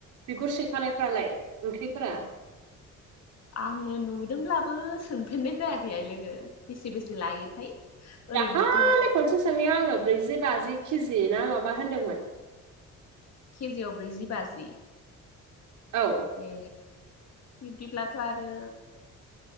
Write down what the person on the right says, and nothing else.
बिगुर सैखानायफ्रालाय ओंख्रिफोरा?
दाखालि खनसे सोंनायाव आङो ब्रैजि बाजि केजि ना माबा होनदोंमोन
औ